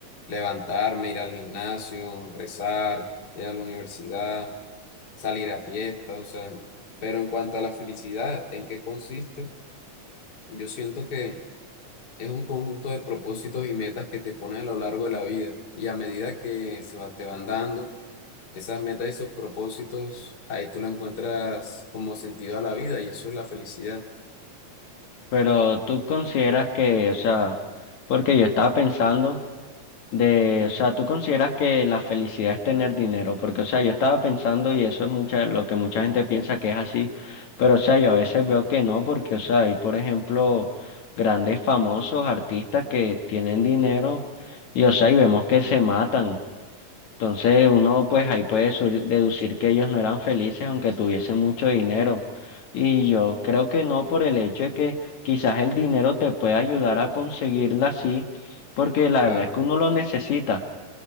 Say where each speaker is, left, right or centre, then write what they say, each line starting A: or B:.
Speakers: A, on the left; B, on the left.
A: Levantarme, ir al gimnasio, rezar, ir a la universidad, salir a fiestas, o sea, pero en cuanto a la felicidad, ¿en qué consiste? Yo siento que... es un conjunto de propósitos y metas que te pones a lo largo de la vida. Y a medida que se va- te van dando esas metas y esos propósitos, ahí tú le encuentras como sentido a la vida y eso es la felicidad,
B: Pero tú consideras que, o sea, porque yo estaba pensando De, o sea, tú consideras que la felicidad es tener dinero, porque, o sea, yo estaba pensando y eso es mucha, lo que mucha gente piensa que es así, pero, o sea, yo a veces veo que no, porque, o sea, hay, por ejemplo, grandes famosos artistas que tienen dinero y, o sea, y vemos que se matan. Entonces uno pues ahí puede sur- deducir que ellos no eran felices aunque tuviesen mucho dinero. Y yo creo que no por el hecho de que quizás el dinero te puede ayudar a conseguirla así, porque la
A: claro.
B: verdad es que uno lo necesita.